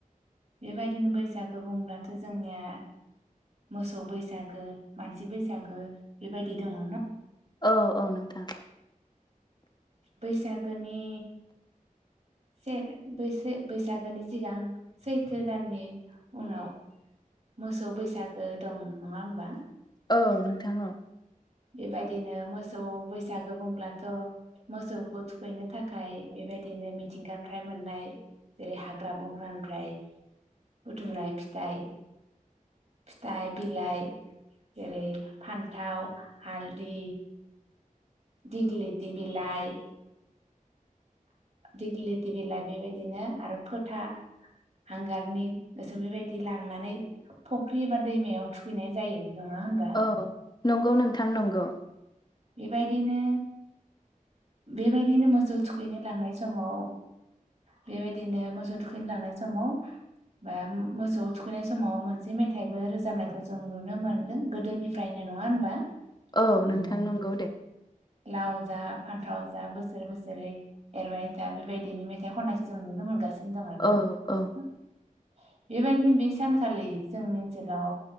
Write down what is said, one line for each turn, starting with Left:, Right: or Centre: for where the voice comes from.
Right: बेबायदिनो बैसागो बुंब्लाथ' जोंनिया मोसौ बैसागो मानसि बैसागो बेबायदि दङ।
Left: औ औ नोंथां
Right: बैसागोनि बे बेसे बैसागोनि सिगां सैथो दाननि उनाव मोसौ बैसागो दं नङा होमबा?
Left: औ नोंथां औ।
Right: बेबायदिनो मोसौ बैसागो बुंब्लाथ' मोसौखौ थुखैनो थाखाय बेबायदिनो मिथिंगानिफ्राय मोननाय जेरै हाग्रा बंग्रानिफ्राय बुथुमनाय फिथाइ फिथाइ बिलाइ जेरै फानथाव हालदि दिगलिथि बिलाइ दिग्लिलिथि बिलाइ बेबायदिनो आरो फोथा हांगारनि गोसोम बेबायदि लांनानै फख्रि एबा दैमायाव थुखैनाय जायो। नङा होनबा
Left: औ नंगौ नोंथां नंगौ।
Right: बेबायदिनो बेबायदिनो मोसौ थुखैनो लांनाय समाव बेबायदिनो मोसौ थुखैनो लांनाय समाव बा म मोसौ थुखैनाय समाव मोनसे मेथाइबो रोजाबनायखौ जों नुनो मोनदों। गोदोनिफ्रायनो नङा होनबा?
Left: औ
Right: बिदिनो
Left: नोंथां नंगौ। दे
Right: लाव जा फान्थाव जा बोसोर बोसोरै एरबाय था बेबायदिनो मेथाइ खननायखौ जों नुनो मोनगासिनो। बिदिनो दं आरोना
Left: औ औ
Right: बेबायदिनो बै सानखालि जोंनि ओनसोलाव